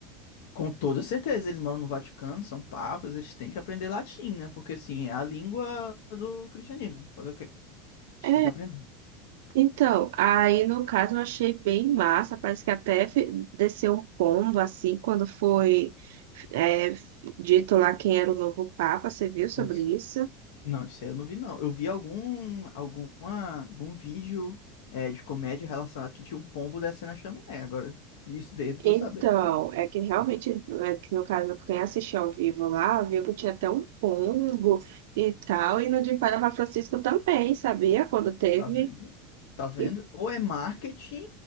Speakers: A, on the left; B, on the right.
A: Com toda certeza, eles moram no Vaticano, são papas, eles têm que aprender latim, né? Porque assim, é a língua do cristianismo. Fazer o quê? A
B: É,
A: gente tem que aprender.
B: então, aí no caso eu achei bem massa, parece que até fe- desceu um pombo assim quando foi é, dito lá quem era o novo Papa, você viu sobre
A: Deus.
B: isso?
A: Não, isso aí eu não vi, não. Eu vi algum, alguma, algum vídeo é, de comédia relacionado que tinha um pombo descendo a chaminé. Agora, isso dele eu tô
B: Então,
A: sabendo. não.
B: é que realmente, é que no caso, quem assistiu ao vivo lá, viu que tinha até um pombo e tal, e no de Panamá Francisco também, sabia? Quando teve,
A: Tá vendo? Tá vendo?
B: que
A: Ou é marketing,